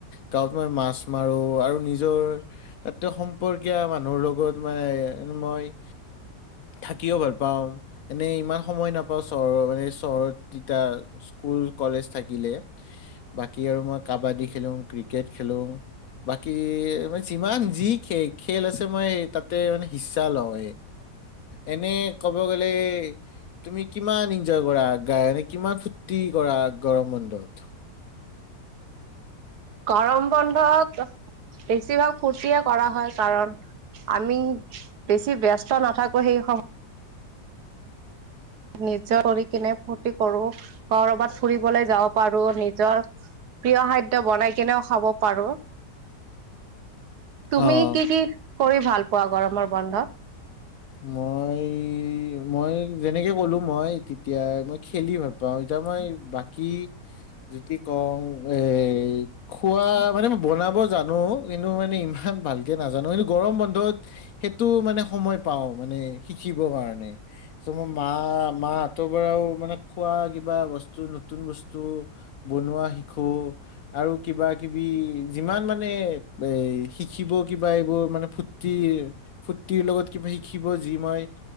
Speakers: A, on the left; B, on the right.
A: গাঁৱত মই মাছ মাৰোঁ, আৰু নিজৰ তাতে সম্পৰ্কীয় মানুহৰ, লগত মানে, মই থাকিও ভাল পাওঁ, এনে ইমান সময় নাপাওঁ, চহৰ মানে, চহৰত তিতা স্কুল, কলেজ থাকিলে, বাকী আৰু মই, কাবাডী খেলোঁ, ক্ৰিকেট খেলোঁ। বাকী মানে যিমান যি, খে খেল আছে, মই তাতে মানে হিচ্ছা লওঁ এনে, ক'ব গ'লে তুমি কিমান এনজয় কৰা, গানে কিমান ফূৰ্তি কৰা, গৰমৰ বন্ধত?
B: গৰম বন্ধত, বেছিভাগ ফূৰ্তিয়ে কৰা হয়, কাৰণ আমি বেছি ব্যস্ত নাথাকো, সেই সময়ত নিজৰ কৰি কিনে ফূৰ্তি কৰোঁ, ক'ৰবাত ফুৰিবলৈ যাব পাৰোঁ, নিজৰ প্ৰিয় খাদ্য বনাই কেনেও খাব পাৰোঁ। তুমি
A: অ',
B: কি কি কৰি ভাল পোৱা গৰমৰ বন্ধত?
A: মই মই যেনেকে ক'লো মই তেতিয়া। মই খেলি ভাল পাওঁ, এতিয়া মই বাকী যদি কওঁ এ খোৱা মানে মই বনাব জানো কিন্তু মানে ইমান ভালকে নাজানো কিন্তু গৰম বন্ধত সেইটো মানে সময় পাওঁ মানে শিকিব কাৰণে। ত' মই মা, মাহঁতৰ পৰাও মানে খোৱা কিবা বস্তু, নতুন বস্তু বনোৱা শিকো। আৰু কিবা কিবি, যিমান মানে এ, শিকিব কিবা এইবোৰ ফুট কি ফূৰ্তিৰ লগত কিবা শিকিব যি মই